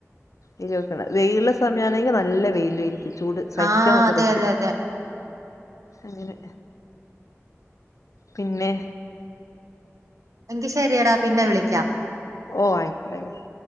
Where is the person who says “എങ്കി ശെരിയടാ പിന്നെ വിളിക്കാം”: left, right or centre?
Right